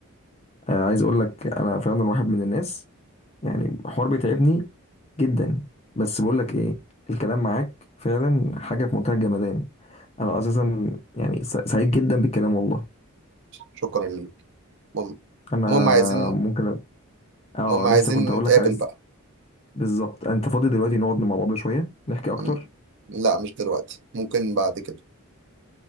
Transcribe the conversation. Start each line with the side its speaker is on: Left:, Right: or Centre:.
Left: آه، عايز اقول لك انا فعلا واحد من الناس يعني حوار بيتعبني جدا بس بقول لك ايه الكلام معاك فعلا حاجه في منتهى الجمدان انا اساسا يعني س- سعيد جدا بالكلام والله
Right: شكرا ليك المهم
Left: انا
Right: المهم عايزين
Left: ممكن أ- اه
Right: المهم عايزين
Left: لسه كنت اقول
Right: نتقابل
Left: لك عايز
Right: بقى
Left: بالظبط انت فاضي دلوقتي نقعد مع بعض شويه نحكي
Right: مم.
Left: اكتر
Right: لا مش دلوقتي ممكن بعد كده